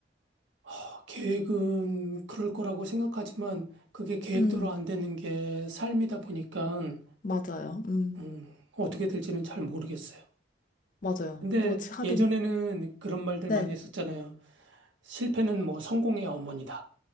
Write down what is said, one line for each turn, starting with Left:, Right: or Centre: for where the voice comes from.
Right: 허, 계획은 그럴 거라고 생각하지만, 그게 계획대로
Left: 음,
Right: 안 되는 게 삶이다 보니까,
Left: 맞아요. 음,
Right: 음, 어떻게 될지는 잘 모르겠어요.
Left: 맞아요.
Right: 근데
Left: 그렇지, 하긴.
Right: 예전에는 그런 말들
Left: 네.
Right: 많이 했었잖아요. 실패는 뭐 성공의 어머니다.